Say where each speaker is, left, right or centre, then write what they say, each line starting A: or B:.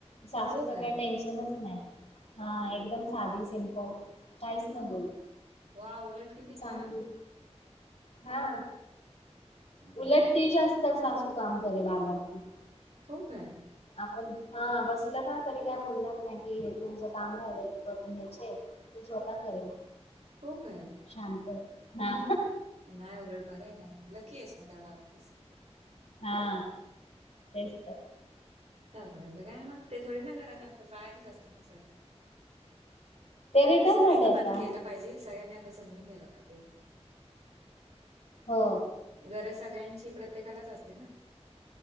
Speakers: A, on the left; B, on the right.
A: सासूच
B: हो
A: काही
B: काय
A: टेन्शनच नाही, हा एकदम साधी सिम्पल काहीच नाही
B: अगो
A: बोलत,
B: वा उलट किती
A: चांगलीये,
B: छान
A: हा.
B: हम्म.
A: उलट ते जास्त सासू काम करायल आल्यावरती.
B: हो काय?
A: आपण, हा बसल ना तरी काय बोलणार नाही, कि हे तुझ काम राहिलं तू करून घ्याचे. ती स्वतः करेन.
B: हो काय?
A: शांतये हा.
B: नाही उलट बरं आहे ना लकी आहेस मग तेवढा ऑफिस
A: हा तेच तर.
B: सासऱ्यांचं काय मग ते थोडे ना घरात असतात बाहेरच असतील ना स
A: ते रिटायर
B: तसं नाही
A: झाले
B: ग
A: आता
B: पण केलं पाहिजे सगळ्यांनी असं समजून घेलं पाहिजे एक
A: हो
B: गरज सगळ्यांची प्रत्येकालाच असते ना